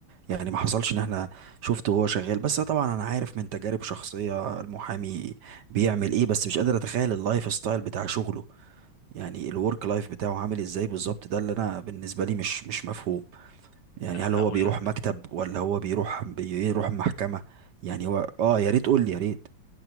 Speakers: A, on the right; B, on the left.
A: يعني ما حصلش ان احنا شفته وهو شغال بس طبعا انا عارف من تجارب شخصية المحامي بيعمل ايه بس مش قادر اتخيل اللايف ستايل بتاع شغله يعني الورك لايف بتاعه عامل ازاي بالظبط ده اللي انا بالنسبة لي مش مش مفهوم يعني
B: لا
A: هل
B: انا
A: هو
B: هقول
A: بيروح
B: لك
A: مكتب ولا هو بيروح بيروح محكمة يعني هو اه يا ريت قول لي يا ريت